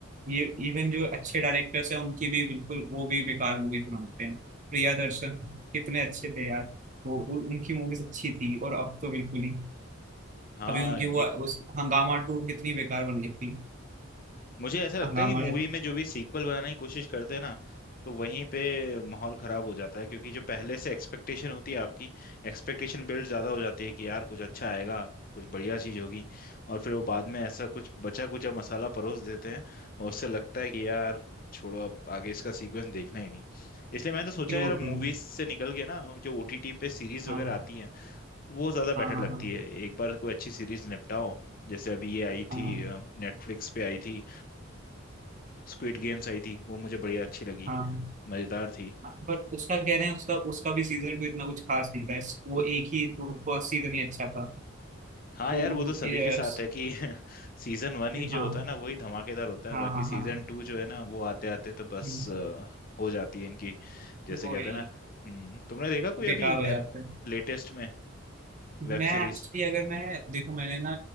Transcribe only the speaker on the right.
ये इवन जो अच्छे डायरेक्टर्स हैं उनकी भी बिल्कुल वो भी बेकार मूवी बनाते हैं प्रिया दर्शन कितने अच्छे थे यार वो उ- उनकी मूवीज अच्छी थी और अब तो बिल्कुल ही
अभी उनकी वो उस हंगामा टू कितनी बेकार बन गई थी
हंगामा
जब
True
true
हाँ
हाँ हाँ
हाँ
हाँ
हाँ
हाँ। पर उसका कह रहे हैं उसका उसका भी सीजन तो इतना कुछ खास नहीं था इस- वो एक ही वो फर्स्ट सीजन ही अच्छा था तो
वो
यस
हाँ
हाँ
हाँ
हाँ
हम्म,
वो
ही
बेकार
हो जाता है
मैं
एक्चुअली अगर मैं देखो मैंने ना